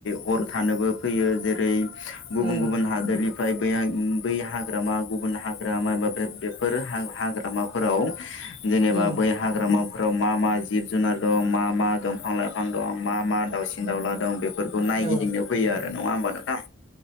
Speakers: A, on the left (about 65°); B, on the right (about 30°).
A: हर थानोबो फैयो जेरै गुबुन
B: उम
A: गुबुन हादरनि फ्राय बै हाग्रामा गुबुन हाग्रामा एबा बे बेफोर हा-हाग्रा रामाफोराव जेनेबा
B: उम
A: बै हाग्रामा फोराव मा मा जिब जुनार दं मा मा दंफां लाइफां दं मा मा दाउसिन दाउला दं बे फोरखौ नायगिदिंनाव
B: औ
A: फैयो आरो नङा होमबा नोंथां?